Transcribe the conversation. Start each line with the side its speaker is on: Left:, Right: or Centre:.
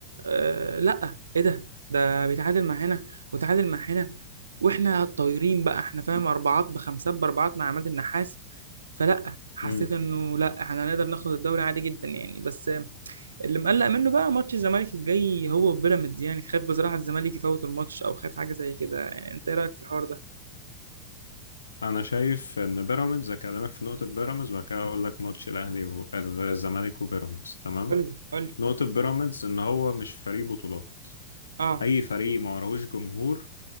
Right: آه لا ايه ده ده بيتعادل مع هنا وتعادل مع هنا واحنا طايرين بقى احنا فاهم اربعات بخمسات باربعات مع عماد النحاس فلا حسيت
Left: امم
Right: انه لا احنا هنقدر ناخد الدوري عادي جدا يعني بس اللي مقلق منه بقى ماتش الزمالك الجاي هو بيراميدز يعني خايف بصراحة الزمالك يفوت الماتش أو خايف حاجة زي كده يعني أنت إيه رأيك في الحوار ده؟
Left: انا شايف ان بيراميدز اكلمك في نقطة بيراميدز وبعد كده اقول لك ماتش الاهلي والزمالك وبيراميدز تمام
Right: قول لي قول لي
Left: نقطة بيراميدز ان هو مش فريق بطولات
Right: آه
Left: اي فريق ما وراهوش جمهور